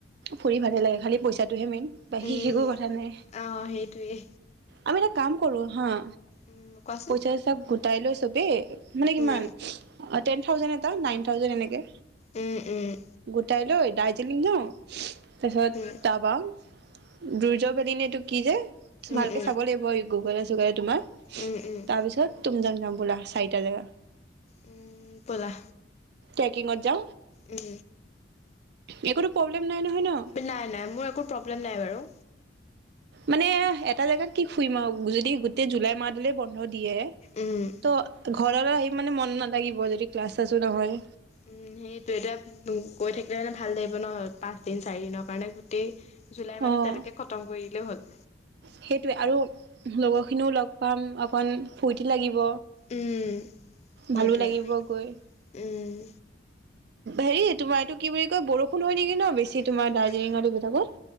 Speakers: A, on the right; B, on the left.
A: ফোৰি ভালে লাগ খালি পইচা মেইন বাকী
B: উম
A: একো কথা নাই
B: অ সেইটোৱে
A: আমি এটা কাম কৰো হাঁ
B: উম কোৱাচোন
A: পইচাঁচাক গোটাই লৈ চব এই মানে কিমান
B: উম
A: টেন থাউজড এটা নাইন তাৰ পাছত এনেকে
B: উম উম
A: গোটাই লৈ দাৰ্জিলিং যাওঁ তাৰপিছত
B: উম উম
A: তাপা দুৰ্যবদনেতটো কি যে ভালকে
B: উম
A: চাব লাগিব এই গুগলে চুগলে তোমাৰ
B: উম উম
A: তাৰপিছত তুম যং যাম বোলা চাৰিটা জেগা
B: উম বলা
A: পেকিংত যা
B: উম
A: এইকনো প্ৰব্লেম নাই নহয় ন
B: নাই নাই মোৰ একো প্ৰব্লেম ন বাৰু
A: মানে এটা জেগাত কি ফুৰিম আৰু যদি গোটেই জুলাই মাহ দলে বন্ধ দিয়ে
B: উম
A: ত ঘৰলৈ আহি মানে মন নাথাগিব যদি ক্লাছ আছো নহয়
B: উম সেইটো এতিয়া গৈ থাকিলে মানে ভাল লাগিব ন পাঁচ দিন চাৰি দিনৰ কাৰণে গোটেই জুলাই মাহত
A: অঁ
B: তেনেকৈ খতম কৰি দিলেই হ'ল
A: সেইটোৱে আৰু লগৰখিনিওঁ লগ পাম অকণ ফূৰ্তি লাগিব
B: উম সেইটোৱে
A: ভালো লাগিব গৈ
B: উম
A: হেৰি তোমাৰ এইটো কি বুলি কয় বৰষুণ হয় নেকি ন বেছি
B: মাৰ
A: তোমাৰ দাৰ্জিলিঙৰ এইবিলাকত